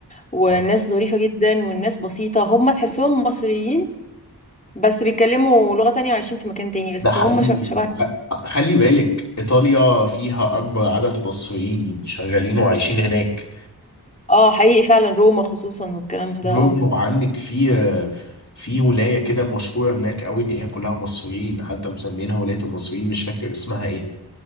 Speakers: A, on the left (about 20°); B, on the left (about 45°).
A: والناس
B: آه.
A: ظريفة جدا والناس بسيطة هم تحسهم مصريين بس بيتكلموا لغة تانية وعايشين في مكان تاني بس
B: ده حقيقي
A: هم ش- شبه
B: ع- خلي بالك ايطاليا فيها اكبر عدد مصريين شغالين وعايشين هناك
A: اه حقيقي فعلا روما خصوصا والكلام ده
B: روما
A: اه
B: وعندك في في ولاية كده مشهورة هناك قوي ان هي كلها مصريين حتى مسمينها ولاية المصريين مش فاكر اسمها ايه